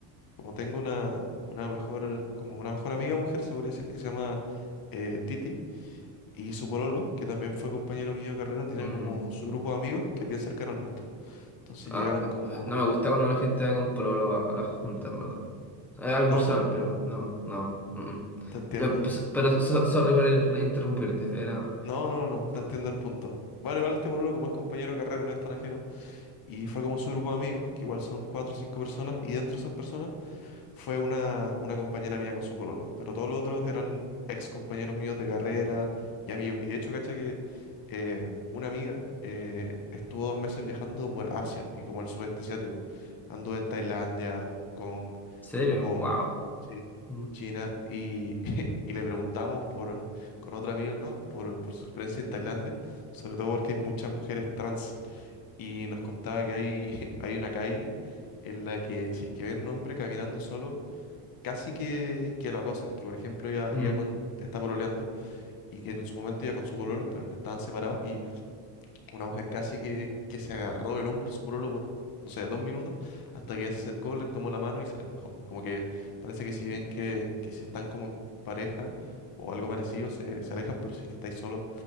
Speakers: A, on the left (about 45°); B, in the centre.
A: como tengo una, una mejor, como una mejor amiga mujer, se podría decir que se llama eh, Titi, y su pololo, que también fue compañero mío de carrera, tiene
B: mm.
A: como su grupo de amigos que es bien cercano al nuestro. Entonces
B: Ah,
A: llegaron
B: no,
A: como,
B: no me gusta cuando la gente va con pololo a, a las juntas, en verdad. Es algo
A: no,
B: personal, pero
A: no,
B: no, no. mm, mm.
A: Te entiendo.
B: Ya, pues, pero so- sorry por interrumpirte, era...
A: No, no, no, te
B: Puta.
A: entiendo
B: ¿En
A: el punto. Bueno, igual este pololo, como es compañero de carrera, no es tan ajeno. Y fue como su grupo de amigos, que igual son cuatro o cinco personas, y dentro de esas personas fue una, una compañera mía con su pololo, pero todos los otros eran ex compañeros míos de carrera y amigos. Y de hecho, caché que eh, una amiga eh, estuvo dos meses viajando por Asia y como el sudeste asiático. Anduvo en Tailandia, Hong Kong,
B: serio?
A: Japón,
B: Wow.
A: Sí.
B: Mm,
A: China y, <laughs> y le preguntamos por, con otro amigo ¿no? por, por su experiencia en Tailandia, sobre todo porque hay muchas mujeres trans y nos contaba que hay, <laughs> hay una calle en la que si es que ven un hombre caminando solo, casi que, que la cosa, que por ejemplo iba,
B: mm,
A: iba con, está pololeando y que en su momento iba con su pololo, pero estaban separados y una mujer casi que, que se agarró del hombro de su pololo por, no sé, dos minutos, hasta que ella se acercó, le tomó la mano y se alejó. Como que parece que si bien que, que si están como en pareja o algo parecido, se, se alejan, pero si es que estáis solos,